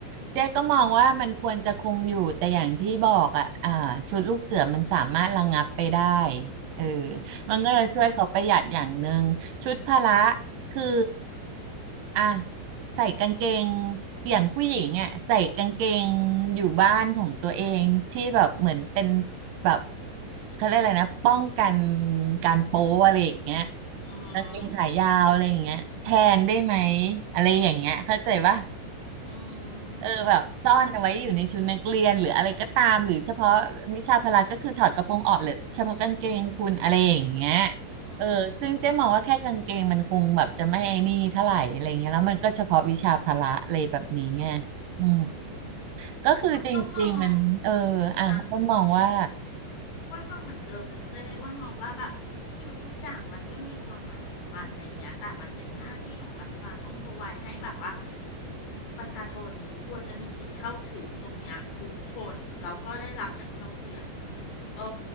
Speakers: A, on the left (about 80°); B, on the right (about 70°).
A: สำ
B: เจ๊ก็มองว่ามันควรจะคงอยู่ แต่อย่างที่บอกอ่ะอ่าชุดลูกเสือมันสามารถระงับไปได้เออ
A: อื
B: มันก็เลยช่วยเขาประหยัดอย่างหนึ่งชุดพละ
A: ม
B: คืออ่ะใส่กางเกงอย่างผู้หญิงอ่ะใส่กางเกงอยู่บ้านของตัวเองที่แบบเหมือนเป็นแบบเขาเรียกอะไรนะป้องกันการโป๊อะไรอย่างเงี้ย
A: อื
B: กางเกงขายาวอะไรอย่างเงี้ยแทนได้ไหม
A: ม
B: อะไรอย่างเงี้ยเข้าใจปะ
A: อื
B: เออแบบซ่อนเอาไว้อยู่ในชุดนักเรียนหรืออะไรก็ตามหรือเฉพาะวิชาพละก็คือถอดกระโปรงออกเหรือเฉพาะกางเกงคุณอะไรอย่างเงี้ย
A: มแต่อื
B: เออซึ่งเจ๊มองว่าแค่กางเกงมันคงแบบจะไม่ไอ้นี่เท่าไหร่อะไรเงี้ยแล้วมันก็เฉพาะวิชาพละอะไรแบบนี้ไง
A: ม
B: อืม
A: อืมอ้วนก็มอง
B: ก็คือจริงๆมันเอออ่ะอ้วนมองว่า
A: อ่ะ อ้วนมองเหมือนเดิมเลยเจ้อ้วนมองว่าแบบชุดทุกอย่างมันก็มีความหมายของมันอะไรอย่างเงี้ยแต่มันเป็นหน้าที่ของรัฐบาลต้อง r o v i d e ให้แบบว่าประชาชนควรจะมีสิทธิ์เข้าถึงตรงเนี้ยทุกคนแล้วก็ได้รับอย่างเท่าเทียมเออ